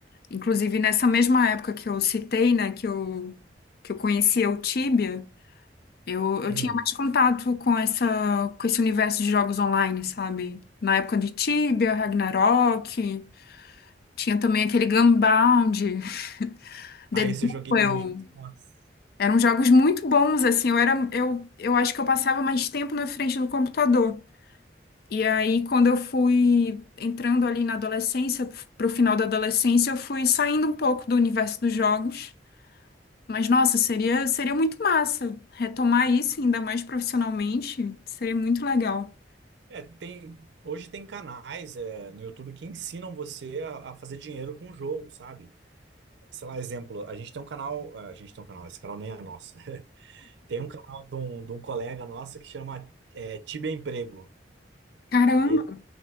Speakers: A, on the left (about 55°); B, on the right (about 75°).
A: Inclusive, nessa mesma época que eu citei, né, que eu, que eu conhecia o Tibia, eu, eu
B: Hum.
A: tinha mais contato com essa, com esse universo de jogos online, sabe? Na época de Tibia, Ragnarok, tinha também aquele Gunbound, <laughs> The
B: Ah, esse eu joguei
A: Duel.
B: muito. Nossa.
A: Eram jogos muito bons, assim, eu era, eu, eu acho que eu passava mais tempo na frente do computador. E aí, quando eu fui entrando ali na adolescência, pro final da adolescência, eu fui saindo um pouco do universo dos jogos. Mas, nossa, seria, seria muito massa retomar isso, ainda mais profissionalmente. Seria muito legal.
B: É, tem. Hoje tem canais, é, no YouTube que ensinam você a, a fazer dinheiro com o jogo, sabe? sei lá, exemplo, a gente tem um canal, a gente tem um canal, esse canal nem é nosso. <laughs> Tem um canal de um, de um colega nosso que chama é, Tibia Emprego.
A: Caramba!
B: E ele